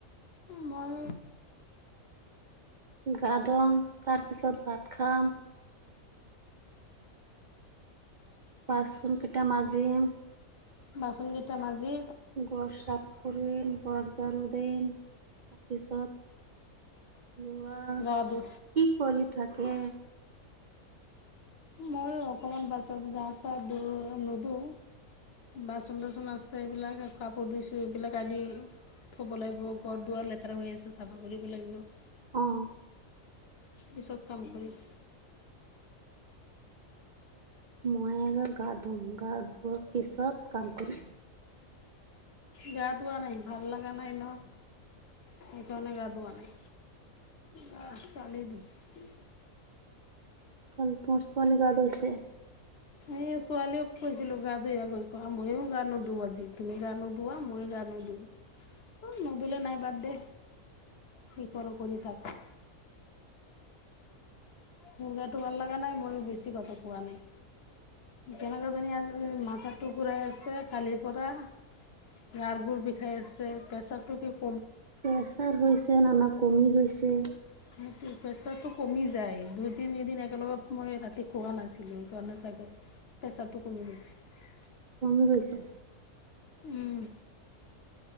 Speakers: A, on the left; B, on the right.
A: মই
B: গা ধুম তাৰপিছত ভাত খাম। বাচন কেইটা মাজিম।
A: বাচন কেইটা মাাজি
B: ঘৰ চাফ কৰিম ঘৰ ঝৰো দিম তাৰপিছত ল'ৰা
A: গা ধু
B: কি কৰি থাকে
A: মইো অকমান বাছত গা চা ধো নুধো বাচন তচন আছে এইবিলাক কাপোৰ ধুইছো এইবিলাক আদি থব লাগিব ঘৰ দুৱাৰ লেতেৰা হৈ আছে চাফা কৰিব লাগিব।
B: অহ।
A: পিছত কাম কৰিম।
B: মায়ে আৰু গা ধুম গাৰ ধোৱা পিছত কাম কৰিম।
A: গা ধোৱা নাই ভাল লগা নাই ন। সেইকাৰণে গা ধোৱা নাই গা চালি ধুই
B: ছোৱালীটো ছোৱালী গা ধুইছে।
A: এই ছোৱালীয়েক কৈছিলো গা ধুই আহ গৈ, মইও গা নুধোৱা আজি তুমি গা নুধো মইও গা নোধো নোধুলে নাই বাদ দে। কি কৰো কৰি থাক। মোৰ গাটো ভাল লগা নাই মইও বেছি কথা কোৱা নাই কেনে কিয় জানো আজি মাথাতো ঘূৰাই আছে খালি পৰা গাৰ বোৰ বিষাই আছে, প্ৰেছাটো কিবা
B: প্ৰেছাৰ হৈছে না কমি গৈছে
A: সেইটো প্ৰেছাৰটো কমি যায় দুই তিনিদিন একেলগত মই ৰাতি খোৱা নাছিলো। খেইটো কাৰনে চাগে প্ৰেচাটো কমি গৈছে।
B: কমি গৈছে।
A: উম।